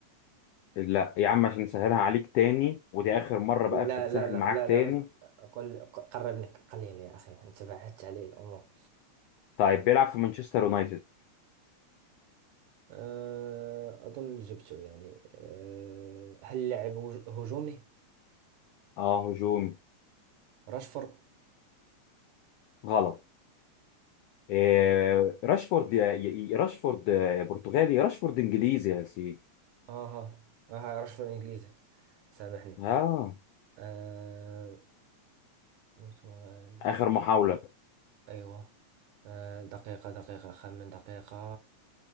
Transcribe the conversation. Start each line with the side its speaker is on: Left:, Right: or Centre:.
Left: لا يا عم عشان نسهلها عليك تاني ودي آخر مرة
Right: لا
Left: بقى مش هتسهل
Right: لا لا
Left: معاك
Right: لا لا
Left: تاني
Right: مت... أقول قربني قليل يا أخي أنت بعدت علي الأمور
Left: طيب بيلعب في مانشستر يونايتد
Right: آه، أظن جبته يعني آه، هل اللاعب هج- هجومي
Left: اه هجومي
Right: راشفورد
Left: غلط آه راشفورد يا يا- يا راشفورد آه، برتغالي يا راشفورد إنجليزي يا سيدي
Right: اها ما هعرفش في الانجليزي سامحني
Left: اه
Right: آه... برتغال
Left: آخر محاولة
Right: ايوه آه... دقيقة دقيقة خمن دقيقة